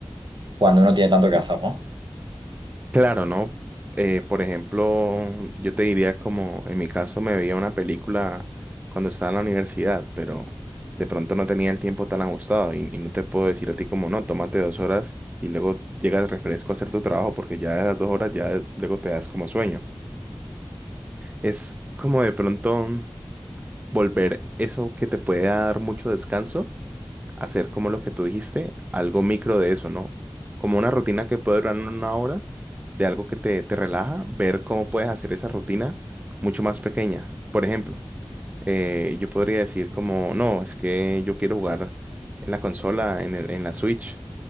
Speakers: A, on the right; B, on the right.
A: cuando uno tiene tanto que hacer, ¿no?
B: Claro, ¿no? Eh, por ejemplo, yo te diría como en mi caso me veía una película cuando estaba en la universidad, pero de pronto no tenía el tiempo tan ajustado y, y no te puedo decir a ti como no, tómate dos horas y luego llegas refresco a hacer tu trabajo porque ya de las dos horas ya luego te das como sueño. Es como de pronto volver eso que te puede dar mucho descanso hacer como lo que tú dijiste, algo micro de eso, ¿no? Como una rutina que puede durar una hora, de algo que te, te relaja, ver cómo puedes hacer esa rutina mucho más pequeña. Por ejemplo, eh, yo podría decir como, no, es que yo quiero jugar en la consola, en el- en la Switch,